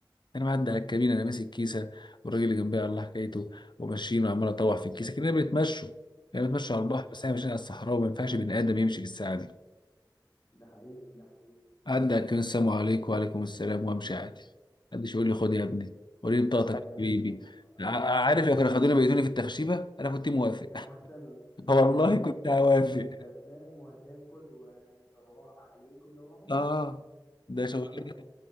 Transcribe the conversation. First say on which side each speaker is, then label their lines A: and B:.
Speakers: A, on the left; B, on the left.
A: انا معدي على الكمين انا ماسك كيسه والراجل اللي جنبي على الله حكايته وماشيين وعمال اطوح في الكيسه كنا بنتمشوا كنا بنتمشوا على البحر بس احنا ماشيين على الصحراء وما ينفعش بني ادم يمشي بالساعه دي
B: ده حقيقي ده حقيقي
A: عدى على الكمين السلام عليكم وعليكم السلام وامشي عادي محدش يقول لي خد يا ابني وريني بطاقتك
B: يا
A: يا
B: يا
A: حبيبي
B: اسطى
A: ع-
B: ايوه
A: عارف يا كانوا خدوني بيتوني في التخشيبه انا كنت موافق
B: كان احسن لك
A: <laughs>
B: كنت
A: والله
B: هناك
A: كنت هوافق
B: كنت هتنام وهتاكل ويروحوا عليك ويروحوا
A: اه ده شغلانه
B: ويبعتوا حد